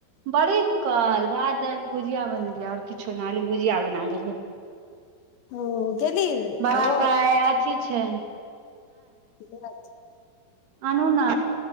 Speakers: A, on the right (about 60°); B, on the left (about 75°).
A: बड़ी काल भात दायील भुजिया बनेलियै आओर किछो ने आलू भुजिया बना देलियै
B: ओ गेली
A: बाबाक
B: ओ
A: आय अथी छै
B: <unintelligible> <unintelligible>
A: आनूना